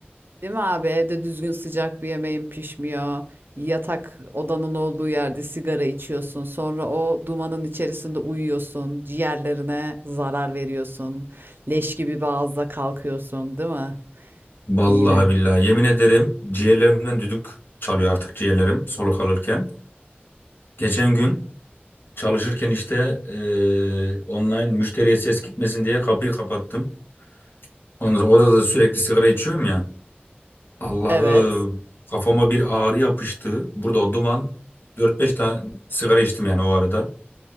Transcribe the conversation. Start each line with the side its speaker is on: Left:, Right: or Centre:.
Right: Değil mi abi? Evde düzgün sıcak bir yemeğin pişmiyor. Yatak odanın olduğu yerde sigara içiyorsun. Sonra o dumanın içerisinde uyuyorsun. Ciğerlerine zarar veriyorsun. Leş gibi bir ağızla kalkıyorsun, değil mi?
Left: vallahi
Right: İğrenç.
Left: billahi yemin ederim ciğerlerimden düdük çalıyor artık ciğerlerim soluk alırken geçen gün Çalışırken işte eee, online müşteriye ses gitmesin diye kapıyı kapattım. Ondan sonra odada sürekli sigara içiyorum ya. Allah'ım
Right: Evet.
Left: kafama bir ağrı yapıştı. Burada o duman dört beş tane sigara içtim yani o arada.